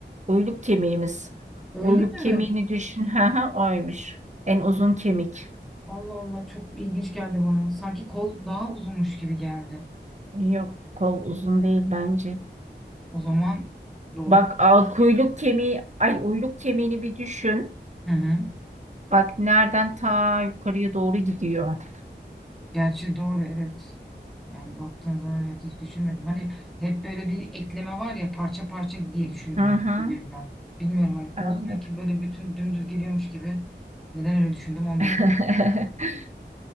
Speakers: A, on the right; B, in the centre.
A: uyluk kemiğimiz.
B: Öyle
A: Uyluk
B: mi?
A: kemiğini düşün. <laughs> Ha, ha oymuş. En uzun kemik.
B: Allah Allah çok ilginç geldi bana. Sanki kol daha uzunmuş gibi geldi.
A: Yok, kol uzun değil bence.
B: O zaman doğru.
A: Bak, al, kuyruk kemiği, ay uyluk kemiğini bir düşün.
B: Hı hı.
A: Bak nereden ta yukarıya doğru gidiyor.
B: Gerçi doğru evet. Yani baktığın zaman evet hiç düşünmedim. Hani hep böyle bir ekleme var ya parça parça diye düşündüm
A: Hı hı,
B: hani bu yüzden. Bilmiyorum hani kol
A: anladım.
B: sanki böyle bütün dümdüz geliyormuş gibi. Neden öyle düşündüm onu da
A: <laughs>
B: bilmiyorum.